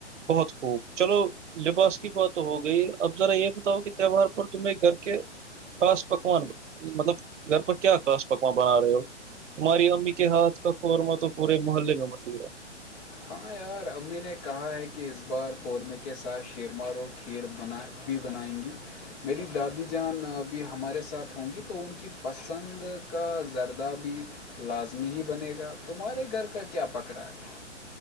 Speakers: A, on the right; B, on the left.
A: بہت خوب چلو لباس کی بات تو ہو گئی اب ذرا یہ بتاؤ کہ تہوار پر تمہیں گھر کے خاص پکوان مطلب گھر پر کیا خا پکوان بنا رہے ہو تمہاری امی کے ہاتھ کا قورمہ تو پورے محلے میں مچ گیا ہے
B: ہاں یار امی نے کہا ہے کہ اس بار قورمے کے ساتھ شیرما روٹ ہیئر بنا بھی بنائیں گی میری دادی جانب ہمارے ساتھ ہوں گی تو ان کی پسند کا زردہ بھی لازمی ہی بنے گا تمہارے گھر کا کیا پک رہا ہے